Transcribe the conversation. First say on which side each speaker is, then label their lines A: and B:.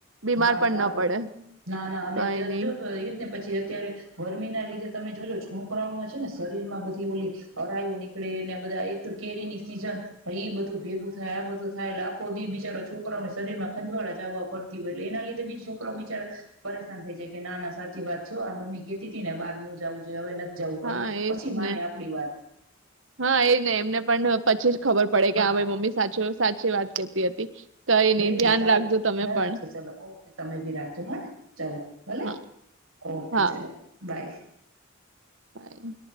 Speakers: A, on the right; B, on the right.
A: બીમાર
B: હા
A: પણ
B: સારું
A: ન પડે
B: છે. ના ના અને
A: કઈ
B: અત્યારે
A: નહી
B: જો એજ ને પછી અત્યારે ગરમી ના લીધે તમે જોજો છોકરાઓમાં છે ને શરીર માં બધી ઓલી, અરાયું નીકળે ને બધા એક કેરી ની સીઝન, એ બધું ભેગું થાય આ બધું થાય લાખો દી બિચારો છોકરાઓને શરીર માં ખંજવાળા જવા પડતી હોય એટલે એના લીધે બીજ છોકરો બિચાર, પરેશાન થઈ જાય કે ના ના સાચી વાત છે આ મમ્મી કેેતી ને બહાર ન જવું જોઈએ હવે નથી જવું
A: હા
B: હવે
A: એજ
B: પછી માને
A: ને,
B: આપડી વાત
A: હા એજ ને એમને પણ પછી ખબર પડે
B: હા
A: કેં હવે
B: હા
A: મમ્મી સાચો સાચી વાત કેહતી હતી. કઈ
B: હે
A: નઈ
B: ને
A: ધ્યાન
B: સારું,
A: રાખજો તમે
B: ધ્યાન
A: પણ
B: રાખજો ચલો ઓકે તમે ભી રાખજો હને ચલો ભલે
A: હા
B: ઓકે
A: હા
B: ચલો બાય.
A: બાય.